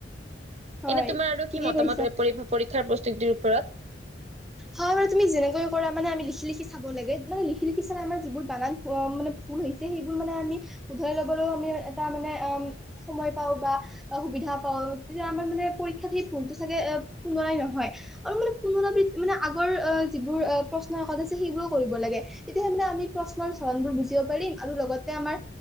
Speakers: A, in the centre; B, on the right.
A: হয়
B: এনে তোমাৰ আৰু
A: ঠিকেই
B: কি মতামত
A: কৈছা
B: পৰীক্ষাৰ প্ৰস্তুতিৰ ওপৰত?
A: হয় বাৰু! তুমি যেনেকৈ কৰা মানে আমি লিখি-লিখি চাব লাগে। মানে লিখি-লিখি চালে আমাৰ যিবোৰ বানান মানে <unintelligible> ভুল হৈছে, সেইবোৰ মানে আমি শুধৰাই ল'বলৈও আমি এটা মানে অ সময় পাওঁ বা সুবিধা পাও। তেতিয়া আমাৰ মানে পৰীক্ষাত সেই ভুলটো চাগে পুনৰাই নহয়। আৰু মানে পুনৰাবৃত্তি মানে আগৰ আ যিবোৰ প্ৰশ্নকাকত আছে সেইবোৰো কৰিব লাগে। তেতিয়াাহে মানে আমি প্ৰশ্নৰ ধৰণবোৰ বুজি <unintelligible> আৰু লগতে আমাৰ